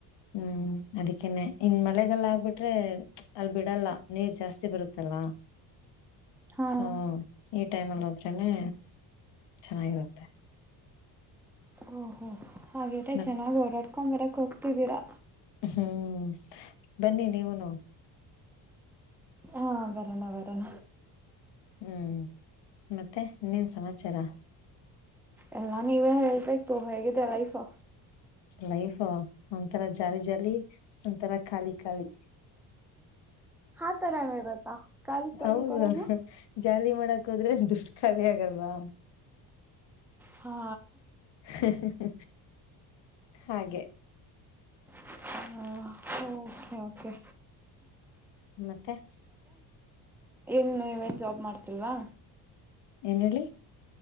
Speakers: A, on the left (about 65°); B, in the centre.
A: ಹ್ಮ್ ಅದಕ್ಕೇನೆ ಇನ್ ಮಳೆಗಲ್ಲ ಆಗ್ಬಿಟ್ರೆ ಅಲ್ ಬಿಡಲ್ಲ ನೀರ್ ಜಾಸ್ತಿ ಬರುತ್ತಲ್ಲ.
B: ಹಾ
A: ಸೊ ಟೈಮಲ್ ಹೋದ್ರೇನೇ ಚೆನ್ನಾಗಿರುತ್ತೆ.
B: ಹೋ ಹೋ ಹೋ ಹಾಗೀದ್ರೆ
A: ಮತ್
B: ಚೆನ್ನಾಗಿ ಓಡಾಡ್ಕೋ ಹೊರಕ್ ಹೋಗ್ತಿದೀರಾ.
A: ಹ್ಮ್ ಬನ್ನಿ ನೀವುನು.
B: ಹಾ ಬರಣ ಬರಣ
A: ಹ್ಮ್ ಮತ್ತೆ ಇನ್ನೇನ್ ಸಮಾಚಾರ.
B: ಎಲ್ಲ ನೀವೇ ಹೇಳ್ಬೇಕು ಹೇಗಿದೆ ಲೈಫು
A: ಲೈಫು ಒಂಂತರ ಜಾಲಿ ಜಾಲಿ ಒಂತರ ಖಾಲಿ ಖಾಲಿ
B: ಹಾ ತರ ಎಲ್ಲ ಇರತ್ತಾ. ಖಾಲಿ ಖಾಲಿ
A: ಹೌದು
B: ತರಾನು.
A: ಜಾಲಿ ಮಾಡಕ್ ಹೋದ್ರೆ ದುಡ್ಡು ಖಾಲಿ ಆಗಲ್ವಾ.
B: ಹಾ
A: ಹಹಹಃ ಹಾಗೆ
B: <inaudible> ಹ ಓಕೆ ಓಕೆ.
A: ಮತ್ತೆ.
B: ಏನ್ ನೀವೇನ್ ಜಾಬ್ ಮಾಡ್ತಿಲ್ವಾ.
A: ಎನ್ ಹೇಳಿ.